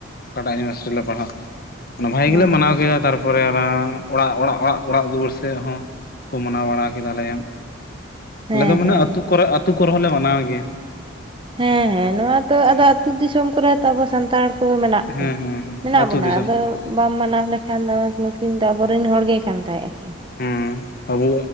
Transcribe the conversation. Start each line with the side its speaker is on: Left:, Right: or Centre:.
Left: ᱚᱠᱟᱴᱟᱜ ᱤᱭᱩᱱᱤᱵᱷᱟᱨᱥᱤᱴᱤ ᱨᱮ ᱞᱮ ᱯᱟᱲᱦᱟᱜ ᱵᱷᱟᱹᱜᱤ
Right: ᱦᱮᱸ
Left: ᱜᱮᱞᱮ ᱢᱟᱱᱟᱣ ᱠᱮᱫᱟ ᱛᱟᱨᱯᱚᱨᱮ ᱛᱟᱯᱚᱨᱮ ᱚᱱᱟ ᱚᱲᱟᱜ ᱚᱲᱟᱜ ᱚᱲᱟᱜ ᱚᱲᱟᱜ ᱫᱩᱣᱟᱹᱨ ᱥᱮᱫ ᱦᱚᱸ ᱠᱚ ᱢᱟᱱᱟᱣ ᱵᱟᱲᱟ ᱠᱮᱫᱟᱞᱮ
Right: ᱦᱮᱸ
Left: ᱟᱞᱮ ᱫᱚ ᱢᱟᱱᱮ
Right: ᱦᱮᱸ
Left: ᱟᱹᱛᱩ ᱠᱚᱨᱮ ᱟᱹᱛᱩ ᱠᱚᱨᱮ ᱦᱚᱸᱞᱮ ᱢᱟᱱᱟᱣ ᱜᱮᱭᱟ
Right: ᱦᱮᱸ ᱦᱮᱸ ᱱᱚᱣᱟ
Left: ᱦᱮᱸ
Right: ᱛᱚ ᱟᱫᱚ ᱟᱹᱛᱩ ᱫᱤᱥᱚᱢ ᱠᱚᱨᱮ ᱛᱚ ᱟᱵᱚ ᱥᱟᱱᱛᱟᱲ ᱢᱮᱱᱟᱜ ᱠᱚᱣᱟ
Left: ᱦᱮᱸ ᱦᱮᱸ
Right: ᱢᱮᱱᱟᱜ
Left: ᱟᱹᱛᱩ
Right: ᱵᱚᱱᱟ
Left: ᱫᱤᱥᱚᱢ
Right: ᱟᱫᱚ
Left: ᱠᱚᱨᱮ
Right: ᱵᱟᱢ ᱢᱟᱱᱟᱣ ᱞᱮᱠᱷᱟᱱ ᱫᱚ ᱱᱩᱠᱤᱱ ᱫᱚ ᱟᱵᱚᱨᱮᱱ ᱦᱚᱲ ᱜᱮ ᱠᱟᱱ ᱛᱟᱦᱮ-ᱟᱠᱤᱱ
Left: ᱦᱮᱸ ᱟᱵᱚ